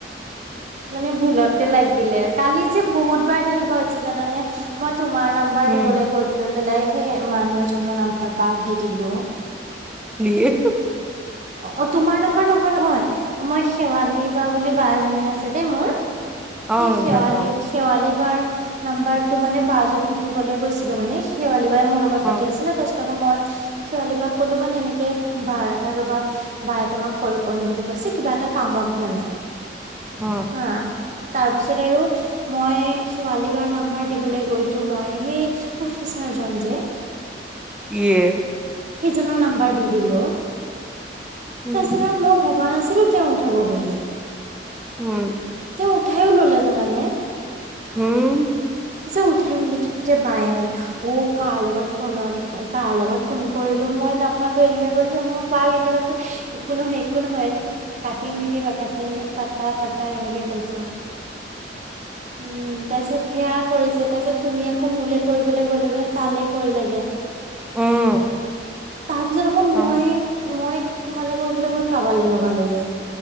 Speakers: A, on the right (about 45°); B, in the centre.
A: মানে ভুলতে লাগিলে কালি যে বহুত বাৰ তেনেকুৱা হৈছে জানানে? মই তোমাৰ নাম্বাৰ
B: উম
A: দিবলৈ গৈ পেলাই সেই মানুহ এজনৰ নাম্বাৰ বাক দি দিলো।
B: <unintelligible>
A: অ' অ' তোমাৰ নাম্বাৰ নহয়- নহয় মই শেৱালী বা বুলি বা এজনী আছে দেই মোৰ।
B: অ
A: সেই শেৱালি-
B: জানো
A: শেৱালি বাৰ নাম্বাৰ টো মানে বা জনীক দিবলৈ গৈছিলো মানে। সেইবুলি বাই মোৰ লগত
B: অ
A: পাতি আছিলে তাৰপিছত আকৌ মই। শেৱালি বাক ক'লো মানে। এনেকে বাৰ ৰবা বায়ে তোমাক কল কৰিম বুলি কৈছে কিবা এটা কামত মানে।
B: অ
A: হাঁ, তাৰপিছত? তাৰ পিছত আৰু মই শেৱালি বাৰ নাম্বাৰ দিবলৈ গৈছো মই সেই প্ৰফেচাৰ জন যে।
B: ইয়ে
A: সেইজনৰ নাম্বাৰ দি দিলো।
B: উম
A: তাৰপিছত মই ভবা নাছিলো। তেওঁ উঠিব বুলি
B: উম।
A: তেওঁ উঠাইও ললে জানানে।
B: উম।
A: চব উঠাই মেলিত বায়ে মানে। অ, কাৰ লগত ফোনত- কাৰ লগত ফোন কৰিলো মানে। মই নাপাতো। এনেকে কৈছো মই। পাত। <unintelligible> একো নহয়। একো নহয়। একো নহয়। কাটি নিদিবা। কাটি- পাতা পাতা এনেকে কৈছো উম তাৰপিছত সেয়া কৰিছে তাৰপিছত তুমি আকৌ মোলে কৰিবলৈ গৈ লৈ বোলে তালে কৰিলা গে
B: উম
A: তাৰ পিছত আকৌ মই
B: অ
A: মই তোমালোকৰ বোলে কৈ কাৰবাৰলে লগালোগে